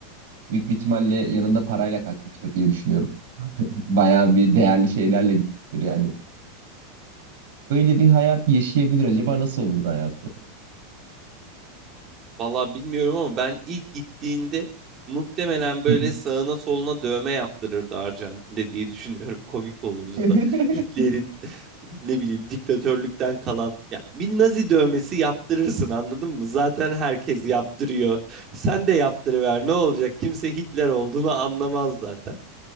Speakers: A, on the right; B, on the right.
A: Büyük bir ihtimalle yanında parayla kaçmıştır diye düşünüyorum. <laughs> Bayağı bir değerli şeylerle gitmiştir yani. Böyle bir hayat yaşayabilir. Acaba nasıl olurdu hayatı?
B: Vallahi bilmiyorum ama ben ilk gittiğinde muhtemelen böyle
A: Hı hı.
B: sağına soluna dövme yaptırırdı Arjantin'de diye düşünüyorum. <laughs> Komik olurdu
A: <laughs>
B: da Hitler'in <laughs> ne bileyim diktatörlükten kalan yani bir Nazi dövmesi yaptırırsın anladın mı? Zaten herkes yaptırıyor. Sen de yaptırıver ne olacak? Kimse Hitler olduğunu anlamaz zaten.